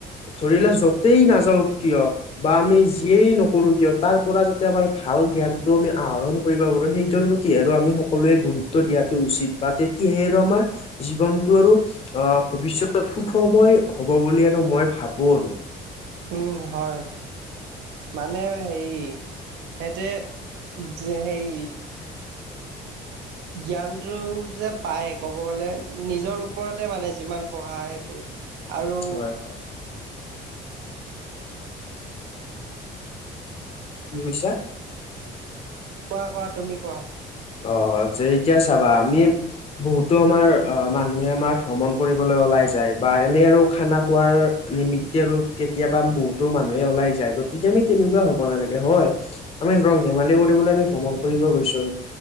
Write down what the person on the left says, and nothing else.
ধৰিল য'তেই নাযাওঁ কিয় বা আমি আমি যিয়েই নকৰো কিয় তাৰ পৰা যাতে আমাৰ ভাল জ্ঞানটো আমি আহৰণ কৰিব পাৰোঁ সেইটোৰ প্ৰতি তেতিয়া আৰু আমি সকলোৱে গুৰুত্ব দিয়াটো উচিত বা তেতিয়াহে আৰু আমাৰ জীৱনতটো আৰু অহ ভৱিষ্যতত সুখময় হ'ব বুলি আৰু মই ভাবো আৰু
হয় হয় কি কৈছা?
অ' যে এতিয়া চাবা আমি। বহুতো আমাৰ অ মানুহে আমাৰ ভ্ৰমণ কৰিবলৈ ওলাই যায় বা এনে আৰু খানা খোৱাৰ। নিমিত্তে ৰপ কেতিয়াবা বহুতো মানুহে ওলাই যায়, গতিকে আমি তেনেকুৱা হ'ব নালাগে হয়। আমি ৰং ধেমালি কৰিবলৈ আমি ভ্ৰমণ কৰিব গৈছো আৰু।